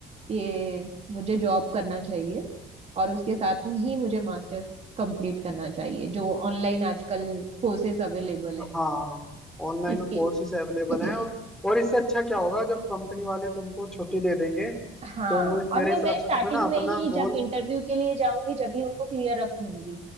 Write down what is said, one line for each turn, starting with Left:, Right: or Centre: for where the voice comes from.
Right: कि मुझे जॉब करना चाहिए और उसके साथ में ही मुझे मास्टर्स कंप्लीट करना चाहिए जो ऑनलाइन आजकल कोर्सेस अवेलेबल है
Centre: हाँ ऑनलाइन
Right: इसके
Centre: कोर्सेज अवेलेबल
Right: <clears throat>
Centre: हैं और और इससे अच्छा क्या होगा जब कंपनी वाले तुमको छुट्टी दे देंगे तो
Right: हाँ
Centre: मे-
Right: और
Centre: मेरे
Right: मैं
Centre: हिसाब
Right: मैं
Centre: से
Right: स्टार्टिंग
Centre: तुम्हें ना
Right: में
Centre: अपना
Right: ही जब
Centre: गोल
Right: इंटरव्यू के लिए जाऊंगी जब ही उनको क्लियर रख लूंगी